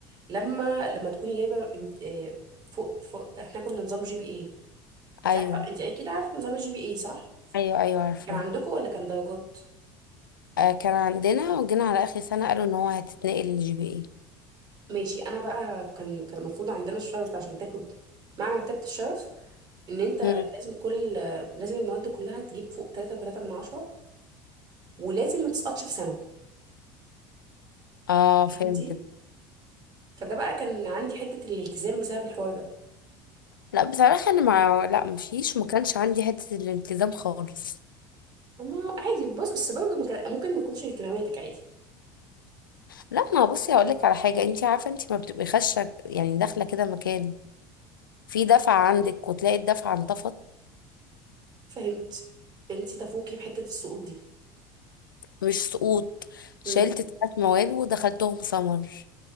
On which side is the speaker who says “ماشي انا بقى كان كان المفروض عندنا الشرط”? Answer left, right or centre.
Right